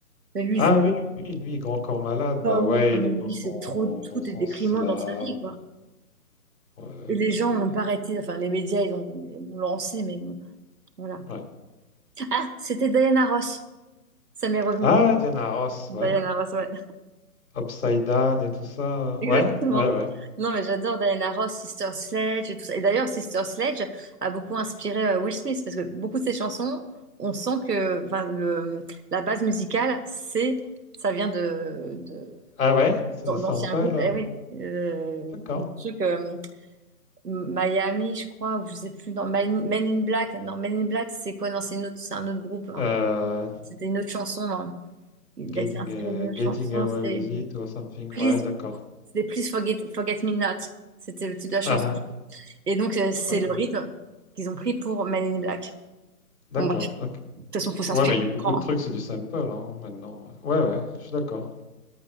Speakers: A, on the right; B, on the left.
A: Mais lui,
B: Ah
A: il-
B: oui, oui, oui, lui, Grand Corps Malade, bah
A: ah oui,
B: ouais,
A: non,
B: il est
A: mais
B: dans
A: lui,
B: son,
A: c'est trop, tout
B: dans son
A: est déprimant
B: slam.
A: dans sa vie, quoi.
B: Ouais,
A: Et les
B: de-
A: gens
B: de-
A: n'ont pas arrêté, enfin, les médias, ils ont, ils l'ont lancé, mais bon, voilà.
B: ouais.
A: Ah, c'était Diana Ross. Ça m'est revenu.
B: Ah, Diana Ross,
A: Diana
B: ouais.
A: Ross, ouais.
B: Upside Down et tout ça. euh,
A: Exactement.
B: Ouais, ouais, ouais.
A: Non, mais j'adore Diana Ross, Sister Sledge et tout ça. Et d'ailleurs, Sister Sledge a beaucoup inspiré euh, Will Smith parce que beaucoup de ses chansons, on sent que enfin, le- la base musicale, c'est, ça vient de, de-
B: Ah ouais, c'est
A: d'an-
B: des samples.
A: d'anciens
B: euh,
A: groupes. Eh oui, euh,
B: D'accord.
A: le truc euh, Miami, je crois, ou je sais plus. Non, Men, Men in Black. Non, Men in Black, c'est quoi? Non, c'est une autre, c'est un autre groupe. hein.
B: Euh,
A: C'était une autre chanson. hein. Il
B: getting,
A: a- s'est inspiré
B: euh,
A: d'une autre
B: getting
A: chanson.
B: Away
A: C'est
B: with It or something.
A: Please,
B: Ouais, d'accord.
A: c'était Please Forget, Forget Me Not. C'était le titre de la chanson.
B: Ah, ah,
A: Et donc, euh, c'est
B: d'accord.
A: le rythme qu'ils ont pris pour Men in Black.
B: D'accord,
A: Bon, bref,
B: ok.
A: de toute façon, faut s'inspirer
B: Ouais, mais il y
A: du
B: a beaucoup
A: grand,
B: de trucs,
A: hein.
B: c'est du sample hein, maintenant. Ouais, ouais, je suis d'accord.